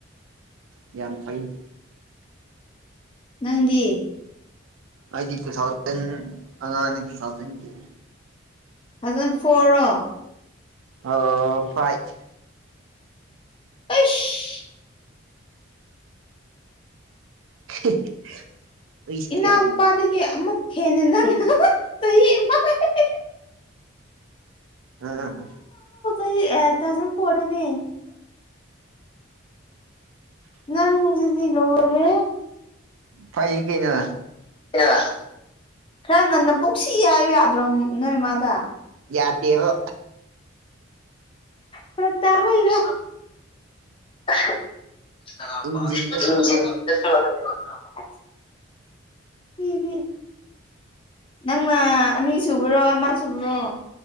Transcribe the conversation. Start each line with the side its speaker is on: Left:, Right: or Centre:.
Right: ꯌꯥꯝ ꯐꯩ
Left: ꯅꯪꯗꯤ
Right: ꯑꯩꯗꯤ ꯇꯨ ꯊꯥꯎꯖꯟ ꯑꯉꯥꯡꯅꯦ ꯇꯨ ꯊꯥꯎꯖꯟꯒꯤ
Left: ꯊꯥꯎꯖꯟ ꯐꯣꯔꯣ
Right: ꯑꯥ ꯐꯥꯏꯐ
Left: ꯑꯩꯁ
Right: <unintelligible> ꯎꯏꯁ
Left: ꯏꯅꯥꯎꯄꯥꯗꯒꯤ
Right: ꯀꯌꯥꯅꯣ
Left: ꯑꯃꯨꯛ ꯍꯦꯟꯅ ꯅꯪꯅ ꯆꯍꯤ <unintelligible>
Right: ꯑꯥ
Left: ꯑꯩ ꯑꯥ ꯊꯥꯎꯖꯟ ꯐꯣꯔꯗꯅꯦ ꯅꯪꯖꯤꯗꯤ ꯂꯣꯢꯔꯦꯍꯦ
Right: ꯐꯩ ꯀꯩꯅꯣ
Left: ꯀꯌꯥ ꯈꯔ ꯉꯟꯅ ꯄꯣꯛꯁꯤ ꯍꯥꯏꯕ ꯌꯥꯗ꯭ꯔꯣ ꯅꯣꯏꯃꯥꯗ
Right: ꯌꯥꯇꯦꯕ
Left: ꯐꯔꯛ ꯇꯥꯕꯩꯔꯣ <unintelligible> <unintelligible>
Right: ꯏꯟꯖꯤꯟꯗ ꯁꯣꯜꯂꯦꯕ
Left: ꯑꯩꯗꯤ ꯅꯪꯅ ꯑꯅꯤ ꯁꯨꯕꯔꯣ ꯑꯃ ꯁꯨꯕ꯭ꯔꯣ